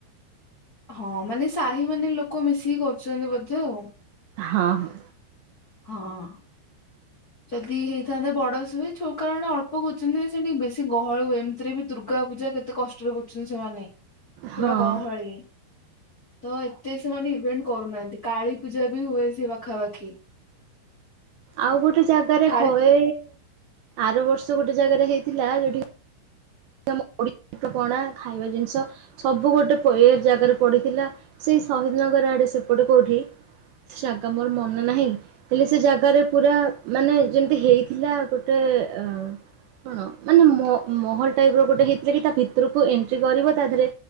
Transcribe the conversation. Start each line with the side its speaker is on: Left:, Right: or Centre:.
Left: ହଁ ମାନେ ସାହି ମାନେ ଲୋକ ମିଶିକି କରୁଛନ୍ତି ବୋଧେ ଆଉ।
Right: ହଁ ହଁ।
Left: ହଁ। ଯଦି ହେଇଥାନ୍ତେ ବଡ ସେ ହୁଏ ଛଉକା ଆଡେ ଅଳ୍ପ କରୁଛନ୍ତି ନା ସେଠି ବେଶୀ ଗହଳ ହୁଏ ଏମିତିରେ ବି ଦୁର୍ଗା ପୂଜା କେ କେତେ କଷ୍ଟରେ ବୁଝୁଛନ୍ତି ସେମାନେ ପୁରା
Right: ହଁ
Left: ଗହଳି ତ ଏତେ ସେମାନେ ଇଭେଣ୍ଟ କରୁନାହାନ୍ତି କାଳୀ ପୂଜା ବି ହୁଏ ସେ ପାଖାପାଖି।
Right: ଆଉ ଗୋଟେ ଜାଗାରେ
Left: କାଳୀ
Right: ହଏ। ଆର ବର୍ଷ ଗୋଟେ ଜାଗାରେ ହେଇଥିଲା ଯୋଉଠି ଆମ ଓଡିଶ ପଣା ଖାଇବା ଜିନିଷ ସବୁ ଗୋଟେ ପ ଏ ଜାଗାରେ ପଡିଥିଲା ସେଇ ଶହିଦ ନଗର ଆଡେ ସେ ଏପଟେ କୋଉଠି ସେ ଜାଗା ମୋର ମନେ ନାହିଁ। ହେଲେ ସେ ଜାଗାରେ ପୁରା ମାନେ ଯେମିତି ହେଇଥିଲା ଗୋଟେ ଅ କଣ ମାନେ ମ ମହଲ ଟାଇପ ର ଗୋଟେ ହେଇଥିଲା କି ତା ଭିତରକୁ ଏଣ୍ଟ୍ରି କରିବ ତା ଦେହରେ